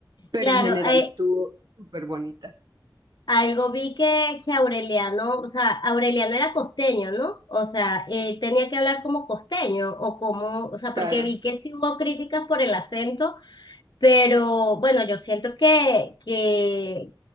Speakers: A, on the right (about 60°); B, on the left (about 65°).
A: pero
B: Claro,
A: en general
B: eh,
A: estuvo súper bonita.
B: Algo vi que, que Aureliano, o sea, Aureliano era costeño, ¿no? O sea, él tenía que hablar como costeño o como, o sea, porque
A: Claro.
B: vi que sí hubo críticas por el acento, pero bueno, yo siento que, que,